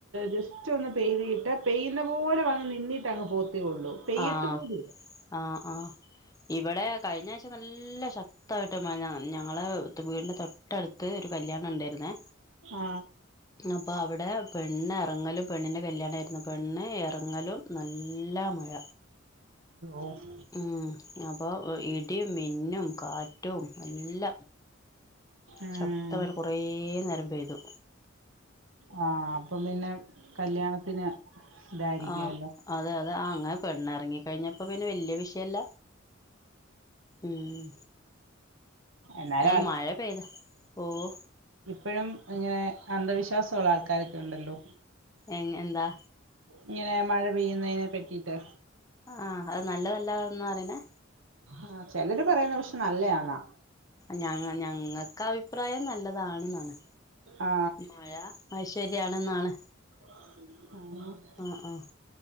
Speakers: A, on the right (about 85°); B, on the left (about 20°).
A: ജസ്റ്റ് ഒന്ന് പെയ്തിയിട്ട് പെയ്യുന്ന പോലെ വന്ന് നിന്നിട്ടങ്ങ് പോത്തെയൊള്ളൂ. പെയ്യത്ത്
B: ആഹ്
A: പോലുല്ല
B: ആഹ് ആഹ് ഇവിടെ കഴിഞ്ഞഴ്ച നല്ല ശക്തായിട്ട് മഴ ഞങ്ങളെ വീടിന്റെ തൊ ട്ടടുത്ത് ഒരു കല്യാണണ്ടായിരുന്നെ.
A: ഹാ
B: അപ്പോ അവടെ പെണ്ണ് എറങ്ങലും പെണ്ണിൻ്റെ കല്ല്യാണാര്ന്നു പെണ്ണ് എറങ്ങലും നല്ല മഴ
A: ഓഹ്
B: ഉം അപ്പൊ ഇടിം മിന്നും കാ റ്റു നല്ല
A: ഉം
B: ശത്തമായി കൊറേ നേരം പെയ്തു.
A: ആഹ് അപ്പം പിന്നെ കല്യാണത്തിന് ഇതായിരിക്കുവല്ലോ.
B: ആഹ് അതെ അതെ ആഹങ അങ്ങനെ പെണ്ണെറങ്ങി കഴിഞ്ഞപ്പോ പിന്നെ വെല്ല്യെ വിഷയല്ല ഉം
A: എന്നാലും
B: അയിന് മഴ പെയ്താ ഓഹ്
A: ഇപ്പഴും ഇങ്ങനെ അന്ധവിശ്വാസ്വള്ള ആൾക്കാരൊക്ക്യൊണ്ടല്ലോ?
B: എങ് എന്താ
A: ഇങ്ങനെ മഴ പെയ്യുന്നേനെ പറ്റിട്ട്
B: ആഹ് അത് നല്ലതല്ലാന്നാ അറീണേ
A: ആഹ് ചെലര് പറയ്ന്നെ പഷെ നല്ലെയാന്നാ.
B: ഞങ്ങ ഞങ്ങക്ക് അഭിപ്രായം നല്ലതാണെന്നാണ്
A: ആ
B: മഴ ഐശ്വര്യാണിന്നാണ്.
A: ഉം
B: ആഹ് ആഹ്